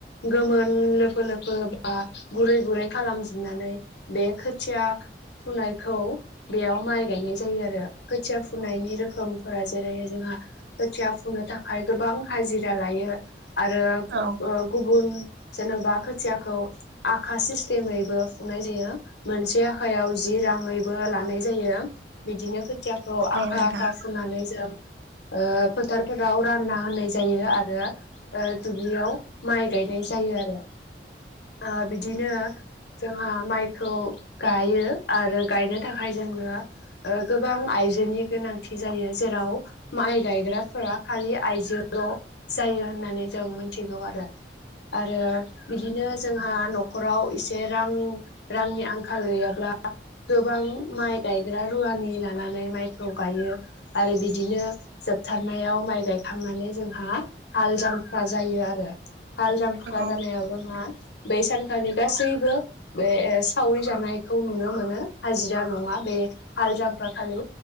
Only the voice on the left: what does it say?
गोमोन लोफो लोफो बा गुरै गुरै खालामजोबनानै बे खोथिया फुनायखौ बेयाव माइ गायनाय जायो आरो खोथिया फुनायनि रोखोमफोरा जेरै जोंहा खोथिया फुंनो थाखाय गोबां हाजिरा लायो आरो
ओ गुबुन जेनेबा खोथियाखौ आखा सिस्टेमैबो फुनाय जायो मोनसे आखायाव जि राङैबो लानाय जायो बिदिनो खोथियाखौ
आखा आखा फुननानै जों फोथारफोराव रानना होनाय जायो आरो ओ दुब्लियाव माइ गायनाय जायो आरो ओ बिदिनो जोंहा माइखौ गायो आरो गायनो थाखाय जोङो ओ गोबां आइजोनि गोनांथि जायो जेराव माइ गायग्राफोरा खालि आयजोल'। जायो होननानै जों मिथिगौ आरो आरो बिदिनो जोंहा न'खराव एसे रां रांनि आंखाल गैयाब्ला गोबां माइ गायग्रा रुवानि लानानै माइखौ गायो आरो बिदिनो जोबथारनायाव माइ गायखांनानै जोंहा हाल जांफ्रा जायो आरो। हाल जांख्रा
जानायाव जोंहा बै सानखालि गासैबो बे सावरि जानायखौ नुनो मोनो हाजिरा नङा बे हाल जांफ्रा खालि।